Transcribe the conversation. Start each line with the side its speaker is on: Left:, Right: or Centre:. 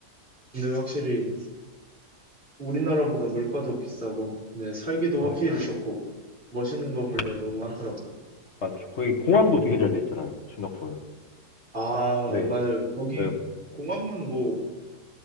Right: 근데 확실히 우리나라보다 물가도 비싸고, 네, 살기도
Left: 네.
Right: 확실히 좋고, 멋있는 건물도
Left: 네.
Right: 너무 많더라고요.
Left: 맞죠. 거기 공항도 되게 잘 돼 있잖아요, 싱가포르.
Right: 아,
Left: 네.
Right: 맞아요. 거기
Left: 네.
Right: 공항은 뭐,